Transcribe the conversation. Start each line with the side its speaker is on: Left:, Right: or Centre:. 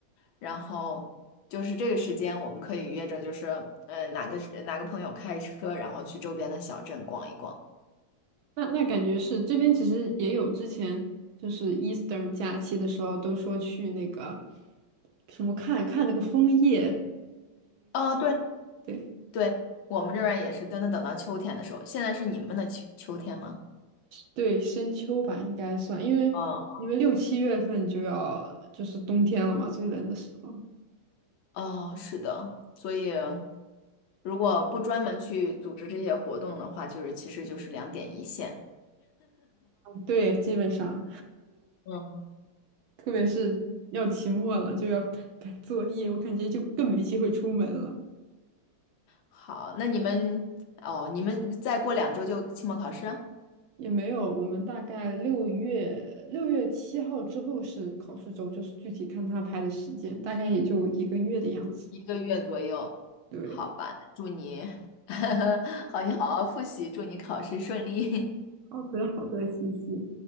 Left: 然后就是这个时间，我们可以约着，就是呃哪个哪个朋友开车，然后去周边的小镇逛一逛。
Right: 那那感觉是这边其实也有之前就是 Eastern 假期的时候都说去那个什么看看那个枫叶。
Left: 哦，对，
Right: 对，
Left: 对，我们这边儿也是真的等到秋天的时候，现在是你们的秋秋天吗？
Right: 对，深秋吧，应该算，因为
Left: 嗯，
Right: 因为六七月份就要就是冬天了嘛，最冷的时候。
Left: 哦，是的，所以如果不专门去组织这些活动的话，就是其实就是两点一线。
Right: 对，基本上，
Left: 嗯，
Right: 特别是要期末了，就要赶赶作业，我感觉就更没机会出门了。
Left: 好，那你们哦，你们再过两周就期末考试啊
Right: 也没有，我们大概六月六月七号之后是考试周，就是具体看他排的时间，大概也就一个月的样子。
Left: 一个月左右，
Right: 对，
Left: 好吧？祝你，<laughs> 好，你好好复习，祝你考试顺利。
Right: 好的，好的，谢谢。